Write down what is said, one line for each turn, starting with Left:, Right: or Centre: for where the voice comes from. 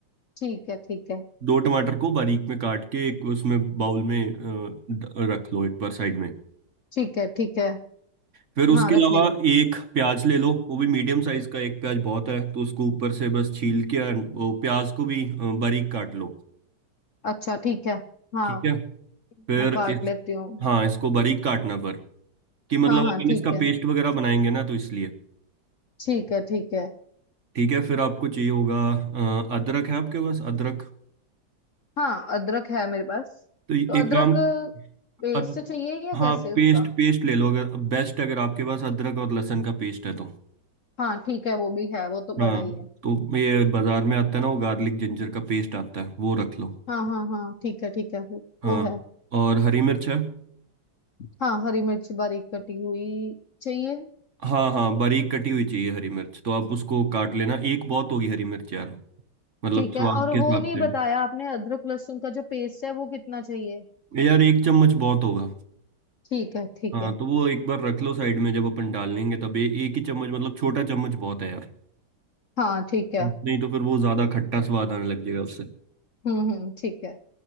Left: ठीक है ठीक है
Right: दो टमाटर को बारीक में काट के एक उसमें बाउल में अ, ड- रख लो एक बार साइड में
Left: ठीक है ठीक है
Right: फिर उसके
Left: हाँ
Right: अलावा
Left: रख लिया
Right: एक प्याज ले लो वो भी मीडियम साइज का एक प्याज बहुत है तो उसको ऊपर से बस छील के and वो प्याज को भी अ, बारीक काट लो
Left: अच्छा ठीक है हाँ
Right: ठीक है फिर
Left: मैं काट
Right: इस
Left: लेती हूँ
Right: हाँ इसको बारीक काटना पर कि मतलब
Left: हाँ हाँ
Right: अपन
Left: ठीक
Right: इसका
Left: है
Right: पेस्ट वगैरह बनाएंगे ना तो इसलिए
Left: ठीक है ठीक है
Right: ठीक है फिर आपको चाहिए होगा अ, अदरक है आपके पास अदरक
Left: हाँ अदरक है मेरे पास
Right: तो ये-
Left: तो अदरक
Right: एक काम
Left: पेस्ट
Right: अद,
Left: चाहिए या
Right: हाँ
Left: कैसे
Right: पेस्ट
Left: उसका
Right: पेस्ट ले लो अगर बेस्ट अगर आपके पास अदरक और लहसुन का पेस्ट है तो
Left: हाँ ठीक है वो भी है वो तो
Right: हाँ
Left: बड़ा ही है
Right: तो ये बाजार में आता है ना वो गार्लिक जिंजर का पेस्ट आता है वो रख लो
Left: हाँ हाँ हाँ ठीक है ठीक है वो
Right: हाँ
Left: वो है
Right: और हरी मिर्च है
Left: हाँ हरी मिर्च बारीक कटी हुई चाहिए
Right: हाँ हाँ बारीक कटी हुई चाहिए हरी मिर्च तो आप उसको काट लेना एक बहुत होगी हरी मिर्च यार मतलब
Left: ठीक
Right: स्वाद
Left: है और
Right: के हिसाब
Left: वो नहीं
Right: से
Left: बताया आपने अदरक लहसुन का जो पेस्ट है वो कितना चाहिए
Right: यार एक चम्मच बहुत होगा
Left: ठीक है ठीक
Right: हाँ
Left: है
Right: तो वो एक बार रख लो साइड में जब अपन डाल लेंगे तब ए, एक ही चम्मच मतलब छोटा चम्मच बहुत है यार
Left: हाँ ठीक है
Right: नहीं तो फिर वो ज्यादा खट्टा स्वाद आने लग जाएगा उससे
Left: हम्म हम्म ठीक है